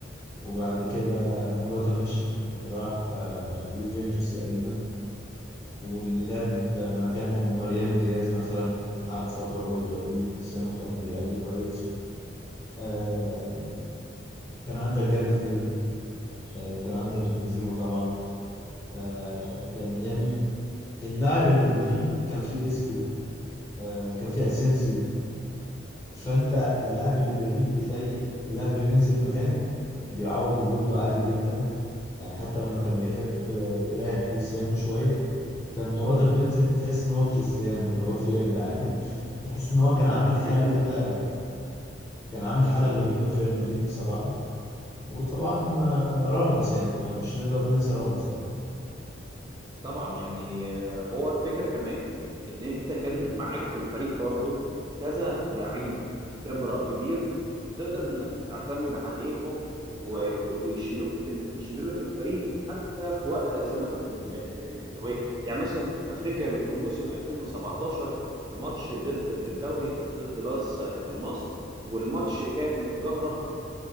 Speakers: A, on the left (about 15°); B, on the right (about 20°).
A: وبعد كده موراتا مشي راح آه، يوفنتوس تقريبا واللي لعب مكانه ماريانو دياز مثلا قعد فترة برضه بديل لكريستيانو كان بيأدي كويس آه، كان عندك جاريث بيل آه، كان عندك بنزيما طبعا آه، كان يعني اللاعب اللي بيغيب كان فيه اسكو آه، كان فيه اسينسيو فانت اللاعب اللي بيغيب بتلاقي اللاعب اللي بينزل مكانه بيعوض وجوده عادي جدا يعني حتى لما كان بيحب آه، يريح كريستيانو شوية كان مراتب بينزل بتحس ان هو كريستيانو اللي هو فيه إيه يا جدعان <laughs> تحس ان هو كان عامل
B: <laughs>
A: حالة كده كان عامل حالة غريبة في ريال مدريد بصراحة وطبعا آه، راموس يعني مش هنقدر ننسى راموس طبعا
B: طبعا يعني آه، هو الفكره كمان ان انت كان معاك في الفريق برضو كذا لعيب خبره كبير تقدر انك تعتمد عليهم و- و- ويشيلوك في ال- يشيلوا لك الفريق حتى في وقت ازماتك ال- ال- ال- الكرويه يعني يعني مثلا افتكر في موسم 2017 في ماتش ضد في الدوري كان ضد لاس بالماس والماتش كان متكهرب